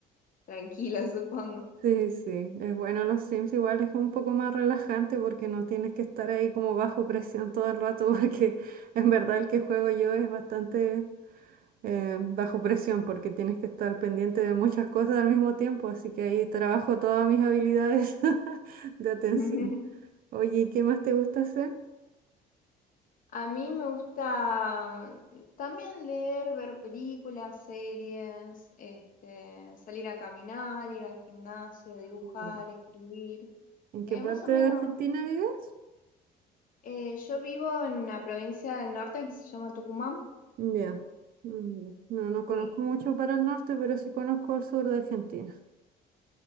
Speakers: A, on the left (about 55°); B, on the right (about 60°).
A: tranquilo, <laughs> supongo.
B: Sí, sí. Es bueno los Sims, igual es un poco más relajante porque no tienes que estar ahí como bajo presión todo el rato, <laughs> porque en verdad el que juego yo es bastante eh, bajo presión porque tienes que estar pendiente de muchas cosas al mismo tiempo, así que ahí trabajo todas mis habilidades <laughs> de atención.
A: <laughs>
B: Oye, ¿y qué más te gusta hacer?
A: A mí me gusta también leer, ver películas, series, este, salir a caminar, ir al gimnasio, dibujar,
B: Mm.
A: escribir.
B: ¿En qué
A: Eh,
B: parte
A: más o menos,
B: de Argentina vives?
A: eh, yo vivo en una provincia del norte que se llama Tucumán.
B: Ya. mm, ya. No, no conozco
A: Sí,
B: mucho para el norte, pero sí conozco el sur de Argentina.